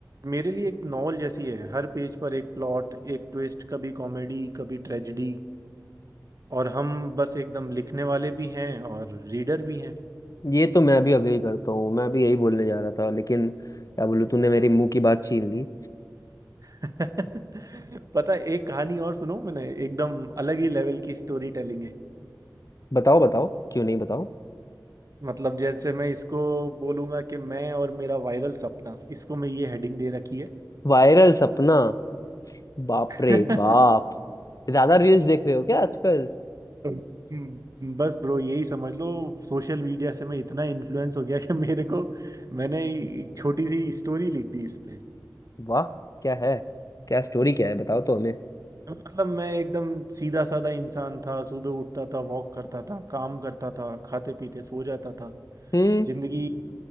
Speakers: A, on the right (about 50°); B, on the left (about 55°).
A: मेरे लिए एक नॉवल जैसी है हर पेज पर एक प्लॉट एक ट्विस्ट कभी कॉमेडी कभी ट्रेजेडी और हम बस एकदम लिखने वाले भी हैं और रीडर भी हैं
B: ये तो मैं भी अग्री करता हूँ मैं भी यही बोलने जा रहा था लेकिन क्या बोलूँ तूने मेरे मुंह की बात छीन ली
A: <laughs> पता है, एक कहानी और सुनो मैंने एकदम अलग ही लेवल की स्टोरी टेलिंग है
B: बताओ बताओ क्यों नहीं बताओ
A: मतलब जैसे मैं इसको बोलूंगा कि मैं और मेरा वायरल सपना इसको मैं ये हेडिंग दे रखी
B: वायरल सपना बाप रे
A: है
B: बाप
A: <laughs>
B: ज्यादा रील्स देख रहे हो क्या आजकल
A: हम्म, बस ब्रो यही समझ लो सोशल मीडिया से मैं इतना इन्फ्लुएंस हो गया कि मेरे को मैंने एक छोटी सी स्टोरी लिख दी इस पे
B: वाह क्या है क्या स्टोरी क्या है बताओ तो हमें
A: मतलब मैं एकदम सीधा साधा इंसान था सुबह उठता था वॉक करता था काम करता था खाते पीते सो जाता था
B: हम्म
A: जिंदगी